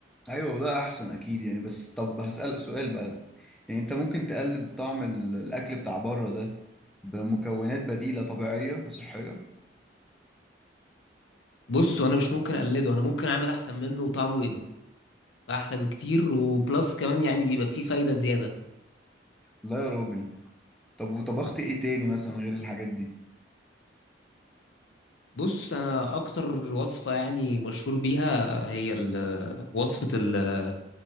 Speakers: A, in the centre; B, on the left.
A: ايوه وده احسن اكيد يعني بس طب هسألك سؤال بقى يعني انت ممكن تقلد طعم ال- الاكل بتاع بره ده بمكونات بديلة طبيعية وصحية
B: بص وانا مش ممكن اقلده انا ممكن اعمل احسن منه وطعمه يبقى احلى بكتير وبلس كمان يعني بيبقى فيه فايده زياده
A: لا يا راجل طب وطبخت ايه تاني مثلا غير الحاجات دي
B: بص انا اكتر وصفه يعني مشهور بيها هي ال- وصفه ال-